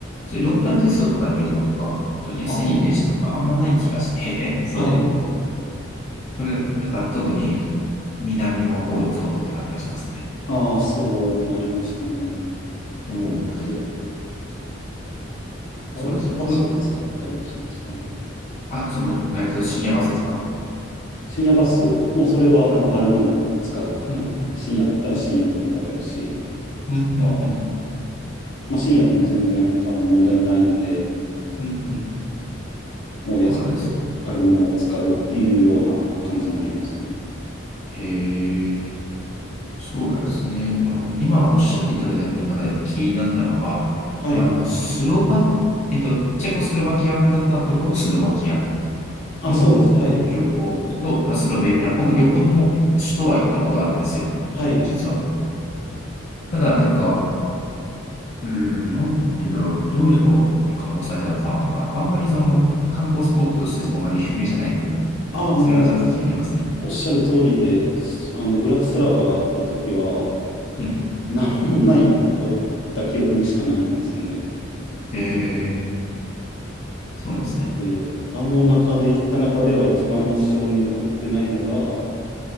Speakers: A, on the left (about 35°); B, on the left (about 65°).
A: そういうローカル鉄道とかでの移動とか、その安い電車とかあんまない気がして、
B: ああ、
A: <laughs> そう
B: はい。
A: それ、なんか特に南の方行くとって感じがしますね。
B: ああ、そうなりますかね。
A: そう、
B: で、割とバスを使ったりはします。
A: そうですね。くる、
B: はい。
A: あ、その、えっと、深夜バスですか
B: 深夜バス、もうそれはもうあるものを使うって感じで、
A: あうん、
B: 深夜だったら深夜でもやるし、
A: うん、
B: そこは、
A: うん、うん、
B: まあ、深夜でも全然あの問題ないんで、
A: うん、うん
B: もう安くてあるものを使うっていうような感じになりますね。
A: そうなんですね。へえ、そうなんですね。あの、今おっしゃっていただいた国の中でやっぱ気になったのが、
B: はい。
A: あの、スロバ、えっと、チェコスロバキアだったところのスロバキア
B: あ、
A: の旅行と、
B: そうです。はい。
A: まあ、スロベニア、僕両方とも首都は行ったことあるんですよ、
B: はい。
A: 実は。ただ、なんか、うーん、なんて言うんだろう、どういうところ観光されたいのかなとか、なんかあんまりその観光スポットとしてそこまで <laughs> 有名じゃないので、
B: ああ、もう、
A: それがちょっと気になりますね。
B: おっしゃる通りで、あの、ブラチスラバ行った時は、
A: うん。
B: なんもないなと思った記憶しかないんですよね。
A: ええ、そうなんですね。
B: で、あの中で、行った中では一番印象に残ってないのが、